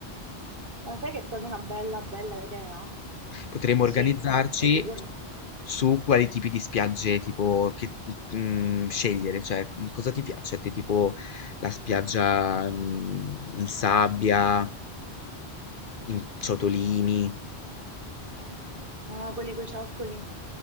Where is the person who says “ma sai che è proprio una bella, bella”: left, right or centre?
Right